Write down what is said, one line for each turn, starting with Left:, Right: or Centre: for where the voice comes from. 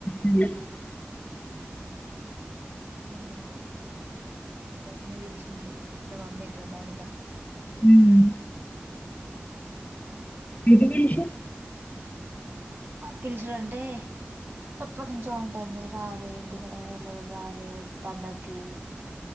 Left: ఏం చేత్తాది
Right: మొన్న రమ్య పిలిచింది ఇట్ట రమ్య అంటన్న మౌనిక
Left: మ్మ్ ఎప్పుడు పిలిచ
Right: పిలుచుడంటే ఎప్పటి నుంచో ఉంటాంది రావే ఇంటికాడ ఏవర్లేరు రావే పండక్కి